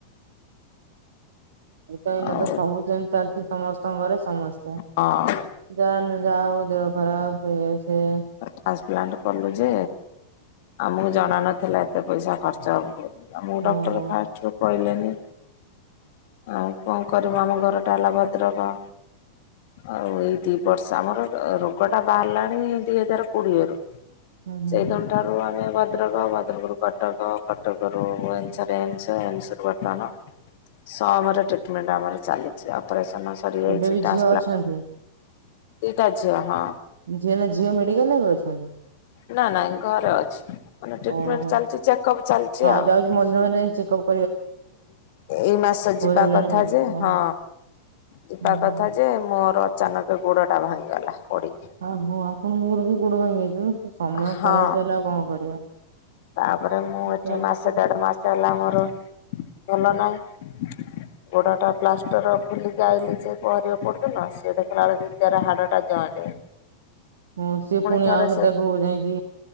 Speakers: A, on the right (about 65°); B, on the left (about 50°).
A: ଏ ତ ଏନା
B: ଆଉ
A: ତ ସବୁ ଯେମିତି ଚାଲିଛି ସମସ୍ତଙ୍କ ଘରେ ସମସ୍ତେ।
B: ହଁ।
A: ଯାହାର ଯାହା ହବ ଦେହ ଖରାପ ହୁଏ ସେ
B: ଟ୍ରାନ୍ସପ୍ଲାଣ୍ଟ କଲୁ ଯେ ଆମକୁ ଜଣା ନଥିଲା ଏତେ ପଇସା ଖର୍ଚ୍ଚ ହବ ବୋଲି। ଆମକୁ ଡକ୍ଟର
A: ଓହୋ।
B: ଫାଷ୍ଟ ରୁ କହିଲେନି, ଆଉ କଣ କରିମୁ ଆମ ଘରଟା ହେଲା ଭଦ୍ରକ ଆଉ ଏଇ ଦି ବର୍ଷ ଆମର ଅ ରୋଗ ଟା ବାହାରିଲାଣି ଦି ହଜାର କୋଡିଏରୁ
A: ହୁଁ ହୁଁ
B: ସେଇଦିନଠାରୁ ଆମେ ଭଦ୍ରକ ଭ ଭଦ୍ରକରୁ କଟକ କଟକରୁ ଭୁବନେଶ୍ବର ଏମ୍ସ ଏମ୍ସ ରୁ ବର୍ତ୍ତମାନ ସମରେ ଟ୍ରିଟେମେଣ୍ଟ ଆମର ଚାଲିଛି ଅପରେସନ ସରିଯାଇଛି
A: ଏବେ ବି
B: ଟ୍ରାନ୍ସପ୍ରା
A: ଝିଅ ଅଛନ୍ତି?
B: ଦିଟା ଝିଅ ହଁ।
A: ଝିଅ ନା ଝିଅ ମେଡିକାଲରେ ଏବେ ଅଛନ୍ତି?
B: ନା ନାଇଁ ଘରେ ଅଛି। ମାନେ ଟ୍ରିଟମେଣ୍ଟ
A: ଓହୋ
B: ଚାଲିଛି ଚେକଅପ୍ ଚାଲିଛି
A: ହଁ
B: ଆଉ।
A: ଯାଉଛି ମଝିରେ ମଝିରେ ଯାଇକି ଚେକପ୍
B: ଏଇ ମାସ ଯିବା
A: ହେଲାଣି
B: କଥା
A: ଆଉ
B: ଯେ,
A: ଓହୋ।
B: ହଁ ଯିବା
A: ହୁଁ
B: କଥା ଯେ ମୋର ଅଚାନକ ଗୋଡ ଟା ଭାଙ୍ଗିଗଲା ପଡିିକି।
A: ଆ ହୋ ଆପଣଙ୍କର ବି ଗୋଡ଼ ଭାଙ୍ଗିଯାଇଛି ନୁହ କି ସମୟ
B: ହଁ।
A: ଖରାପ ହେଲେ ଆଉ କଣ କରିବା।
B: ତାପରେ ମୁଁ ଏଠି
A: ଚାଲିଛି
B: ମାସେ ଦେଢ଼ ମାସ ହେଲା ମୋର ଭଲ ନାହିଁ <inaudible> ଗୋଡ଼ଟା ପ୍ଲାଷ୍ଟର ଖୋଲିକି ଆଇଲି ଯେ ପହଁରି ଅପୁରଦିନ ସେଏ ଦେଖିଲା ବେଳେ ଭିତରେ ହାଡ଼ଟା ଜଏଣ୍ଟ ହେଇନି।
A: ହଁ ସିଏ ପୁଣି
B: ଥରେ
A: ଆଉଥରେ
B: ସେ
A: ତାକୁ ଯାଇକି